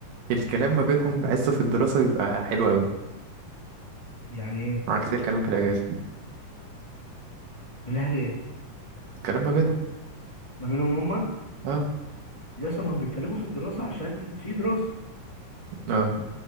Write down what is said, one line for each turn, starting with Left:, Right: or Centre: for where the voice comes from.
Right: الكلام ما بينهم بحسه في الدراسه بيبقى حلو قوي
Left: يعني ايه
Right: عكس الكلام في الاجازه
Left: من ناحيه ايه
Right: الكلام ما بينهم
Left: ما بينهم هما
Right: اه
Left: يس ما هم بيتكلموا في الدراسة عشان في دراسة
Right: اه